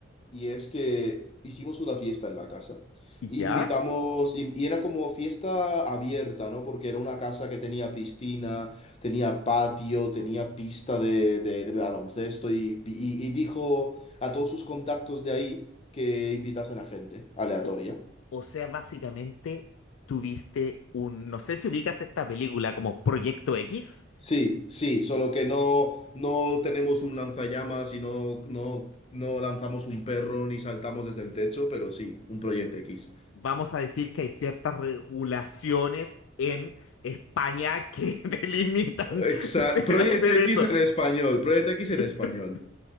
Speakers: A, on the left; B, on the left.
A: Y es que hicimos una fiesta en la casa.
B: ¿Y
A: Invitamos,
B: ya?
A: y y era como fiesta abierta, ¿no? Porque era una casa que tenía piscina, tenía patio, tenía pista de, de- de baloncesto y, y- y dijo a todos sus contactos de ahí que invitasen a gente aleatoria.
B: O, o sea, básicamente tuviste un, no sé si ubicas esta película como Proyecto X.
A: Sí, sí, solo que no, no tenemos un lanzallamas y no, no, no lanzamos un perro ni saltamos desde el techo, pero sí, un proyecto X.
B: Vamos a decir que hay ciertas regulaciones en España que <laughs> delimitan
A: Exacto.
B: de
A: Project
B: hacer
A: X
B: eso.
A: en español. Project X en
B: <laughs>
A: español.